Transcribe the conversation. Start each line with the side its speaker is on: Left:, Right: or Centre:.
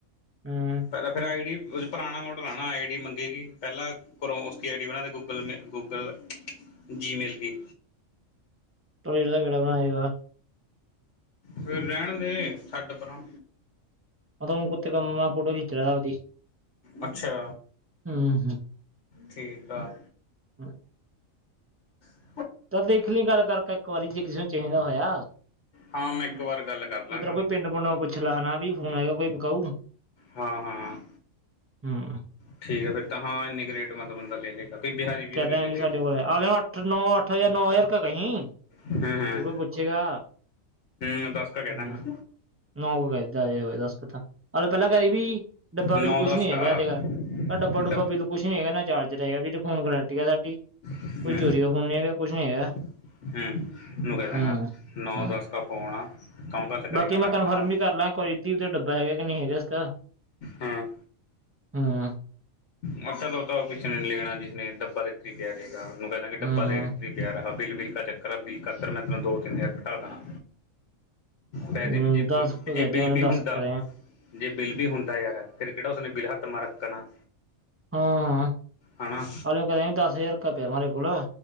Right: ਹਮ
Left: ਪਹਿਲਾਂ ਫੇਰ ਅਗੜ ਉਹ ਪੁਰਾਣਾ ਮਾਡਲ ਆਉਣਾ ਨਾ ਆਈ ਡੀ ਮੰਗੇਗੀ ਪਹਿਲਾਂ ਕਰੋਂ ਉਸੀ ਆਈ ਡੀ ਬਣਾ ਕੇ ਗੂਗਲ ਗੂਗਲ ਜੀਮੇਲ ਦੀ
Right: ੇ ਦਾ ਕਿਹੜਾ ਬਣਾਏਗਾ
Left: ਫਿਰ ਰਹਿਣ ਦੇ ਛੱਡ ਪਰਾ
Right: ਮ ਕੁੱਤੇ ਕੰਮ ਨਾਲ ਫੋਟੋ ਖਿੱਚ ਰਿਹਾ ਆਪਦੀ
Left: ਅੱਛਾ
Right: ਹਮ
Left: ਠੀਕ ਆ
Right: ਹਾਂ
Left: ।।
Right: ਤਾਂ ਦੇਖ ਲਈ ਗੱਲ ਕਰਕੇ ਇੱਕ ਵਾਰੀ ਜੇ ਕਿਸੇ ਨੂੰ ਚਾਹੀਦਾ ਹੋਇਆ,
Left: ਹਾਂ ਮੈਂ ਇੱਕ ਵਾਰ ਗੱਲ ਕਰ ਲਾਂਗਾ
Right: ਇਧਰ ਕੋਈ ਪਿੰਡ ਪੁੰਡ ਪੁੱਛ ਲੈ ਨਾ ਵੀ ਫੋਨ ਹੈਗਾ ਕੋਈ ਵਿਕਾਊ।
Left: ਹਾਂ ਹਾਂ
Right: ਹੂੰ।
Left: ਠੀਕ ਹੈ ਫਿਰ ਤਾਂ ਹਾਂ ਇੰਨੀ ਕੁ ਰੇਟ ਮਤਲਬ ਬੰਦਾ ਲੇ ਲੇਗਾ ਕੋਈ ਬਿਹਾਰੀ ਬਿਹੂਰੀ
Right: ਕਹਿਦਾਂਗੇ
Left: ਲੈ
Right: ਵੀ
Left: ਲਏਗਾ
Right: ਸਾਡੇ ਕੋਲ ਆਓ ਅੱਠ ਨੌ ਅੱਠ ਹਜ਼ਾਰ ਨੌ ਹਜ਼ਾਰ ਕਾ ਕਹੀ ਜੇ
Left: ਹੂੰ ਹੂੰ
Right: ਕੋਈ ਪੁੱਛੇਗਾ,
Left: ਹੂੰ ਦਸ ਕ ਕਹਿ
Right: ਹੂੰ
Left: ਦਾਂਗਾ
Right: ਨੌਂ ਕਾ ਕਹਿ ਦੀ ਦਸ ਕੁ ਤਾਂ ਆਹੋ ਪਹਿਲਾਂ ਕਹਿ ਦਈ ਵੀ ਡੱਬਾ ਬਿੱਲ
Left: ਨੌ
Right: ਕੁਛ
Left: ਦਸ
Right: ਨੀ
Left: ਕਾ
Right: ਹੈਗਾ, ਇਹਦੇ ਡੱਬਾ ਡੁੱਬਾ
Left: ਡੱਬ
Right: ਬਿਲ ਕੁਛ ਨੀ ਹੈਗਾ ਨਾ ਚਾਰਜਰ ਹੈਗਾ ਵੀਰ। ਹੁਣ ਗਰੰਟੀ ਆ ਸਾਡੀ। ਕੋਈ
Left: ਹੂੰ
Right: ਚੋਰੀ ਦਾ ਫੋਨ ਨੀ ਹੈਗਾ ਕੁਛ ਨੀ ਹੈਗਾ।
Left: ਹੂੰ ਮੈ ਨੂੰ ਕਹਿਦਾ
Right: ਹੂੰ
Left: ਗਾ ਨੌ
Right: ਹੂੰ
Left: ਦਸ ਕ ਫੋਨ ਆ ਤੋਂਹ ਗੱਲ ਕਰੇਗਾ
Right: ਬਾਕੀ
Left: ਤਾਂ
Right: ਮੈਂ
Left: ਅੱਠ
Right: ਕਨਫਰਮ
Left: ਵਾ।
Right: ਵੀ ਕਰ ਲਾਂ ਇੱਕ ਵਾਰੀ ਦੀਪ ਦਾ ਡੱਬਾ ਹੈਗਾ ਕਿ ਨਹੀਂ ਹੈਗਾ ਇਸਕਾ
Left: ਹਾਂ,
Right: ਹੂੰ
Left: ਮੈ ਚਲੋ ਤੋ ਉਹ ਕਿਸੇ ਨੇ ਲੈਣਾ ਜਿਸਨੇ ਡੱਬਾ ਤਾ ਇਥੀ ਪਿਆ ਰਹੇਗਾ। ਉਹਨੂੰ ਕਹਿਦਾ ਗੇ ਕਿ ਡੱਬਾ
Right: ਹੂੰ
Left: ਦੇ ਇੱਥੇ ਪਿਆ ਰ ਹਾਂ ਬਿੱਲ ਬਿੱਲਕਾ ਚੱਕਰ ਆ ਬਿੱਲ ਖਾਤਰ ਮੈਂ ਤੈਨੂੰ ਦੋ ਤਿੰਨ ਹਜਾਰ ਘਟਾ ਦਾ ਹਾਂ। ਪੈਸੇ
Right: ਹੂੰ
Left: ਵੀ ਜੇ
Right: ਦਸ ਕੁ
Left: ਜੇ
Right: ਕਹਿ ਦਿਆ
Left: ਬਿੱਲ
Right: ਉਹਨੇ
Left: ਵੀ
Right: ਦਸ
Left: ਹੁੰਦਾ
Right: ਕਹਿ
Left: ਜੇ ਬਿੱਲ ਵੀ ਹੁੰਦਾ ਯਾਰ ਫੇਰ ਕਿਹੜਾ ਉਸ ਨੇ ਬਿਲਹੱਤ ਮਾਰਕ ਕਰਾ।
Right: ਹਾਂ ਹਾਂ
Left: ਹਨਾ
Right: ਇਨੂ ਕਿਹਦੀ ਦਸ ਹਜ਼ਾਰ ਕੁ ਪਿਆ ਮਾਰੇ ਕੋਲ।